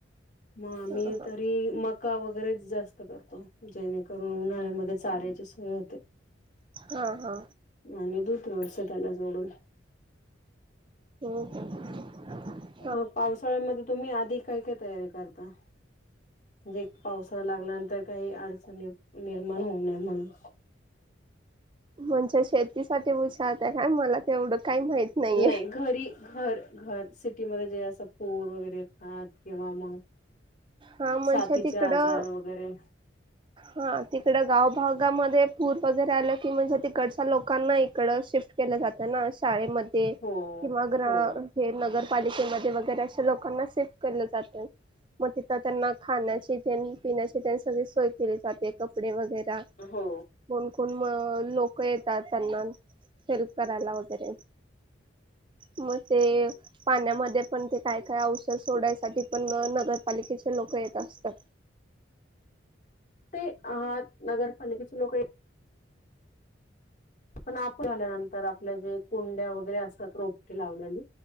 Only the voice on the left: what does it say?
मग आम्ही
तरी मग मका वगैरेच जास्त करतो जेणेकरून उन्हाळ्यामध्ये चाऱ्याची सोय होते.
आणि दूध व्यवस्था त्याला जोडून.
हो पावसाळ्यामध्ये तुम्ही आधी काय काय तयारी करता. जे पावसाला लागल्यानंतर. काही अडचणे निर्माण होऊ नये म्हणून.
नाही घरी घर घर सिटीमध्ये जे असं पूर वगैरे येतात किंवा मग
सातीचे
आजार वगैरे.
हो
हो
हो.
ते आह त नगरपालिकेचे लोक ये- - पण आपण आल्यानंतर आपल्या जे कुंड्या वगैरे असतात रोपटे लावलेली.